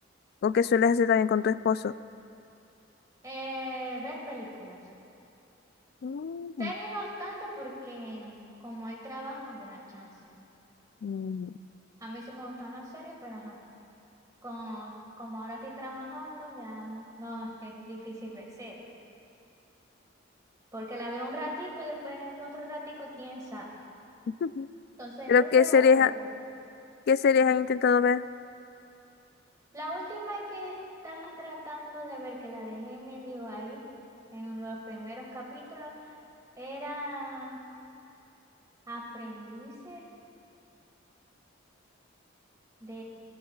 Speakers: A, on the left; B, on the right.
A: ¿O qué sueles hacer también con tu esposo?
B: Eh, ver películas.
A: Mm,
B: Serie no es tanto porque como el trabajo no me da chance.
A: mm.
B: A mí sí me gustan las series, pero ajá, como, como ahora estoy trabajando ya no es, es difícil ver series, porque la veo un ratico y después el otro ratico quién sabe.
A: <laughs>
B: Entonces
A: ¿Pero
B: prefiero
A: qué series,
B: ver películas.
A: ha- qué series has intentado ver?
B: La última que estaba tratando de ver, que la dejé medio ahí en los primeros capítulos, era Aprendices De,